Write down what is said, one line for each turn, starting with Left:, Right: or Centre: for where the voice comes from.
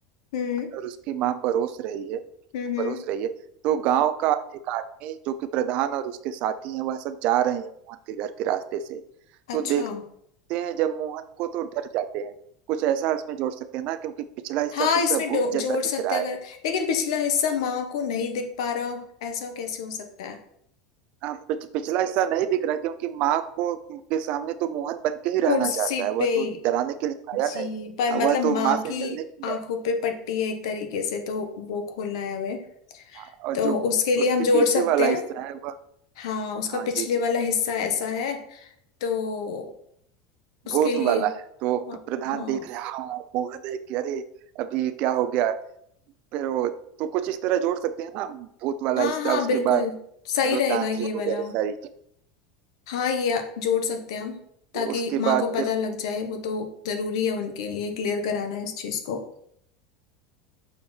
Left: हम्म
Right: और उसकी माँ परोस रही है
Left: हम्म हम्म,
Right: परोस रही है तो गांव का एक आदमी जो कि प्रधान और उसके साथी हैं वह सब जा रहे हैं मोहन के घर के रास्ते से तो
Left: अच्छा
Right: देखते हैं जब मोहन को तो डर जाते हैं कुछ ऐसा उसमें जोड़ सकते हैं ना क्योंकि पिछला हिस्सा
Left: हाँ
Right: तो उसका
Left: इसमें
Right: भूत
Left: डो-
Right: जैसा
Left: जोड़ सकते
Right: दिख रहा
Left: हैं
Right: है
Left: अगर लेकिन पिछला हिस्सा माँ को नहीं दिख पा रहा ऐसा कैसे हो सकता है
Right: हाँ, पिछ, पिछला हिस्सा नहीं दिख रहा क्योंकि माँ को के सामने तो मोहन बन के ही
Left: कुर्सी
Right: रहना चाहता है वह
Left: पे
Right: तो डराने के लिए आया
Left: जी
Right: नहीं
Left: पर मतलब
Right: वह
Left: माँ
Right: तो माँ से
Left: की
Right: मिलने के
Left: आंखों
Right: लिए आया
Left: पे पट्टी है एक तरीके से तो वो खोलना है हमें
Right: हाँ, और
Left: तो
Right: जो
Left: उसके लिए
Right: उसके
Left: हम जोड़
Right: पीछे
Left: सकते
Right: वाला हिस्सा
Left: हैं
Right: है वह
Left: हाँ उसका
Right: हाँ
Left: पिछले
Right: जी जी
Left: वाला हिस्सा ऐसा है तो उसके
Right: भूत
Left: लिए
Right: वाला है तो
Left: हाँ
Right: प्रधान
Left: हाँ
Right: देख रहे हाँ मोहन है कि अरे अभी क्या हो गया फिर वो तो कुछ इस तरह जोड़ सकते हैं ना भूत वाला
Left: हाँ
Right: हिस्सा
Left: हाँ
Right: उसके
Left: बिल्कुल
Right: बाद
Left: सही
Right: वो
Left: रहेगा
Right: तांत्रिक
Left: ये वाला
Right: वगैरह सारी चीज
Left: हाँ ये आ- जोड़ सकते हैं हम ताकि
Right: उसके
Left: माँ
Right: बाद
Left: को पता
Right: फिर
Left: लग जाए वो तो जरूरी है उनके लिए क्लियर कराना इस चीज को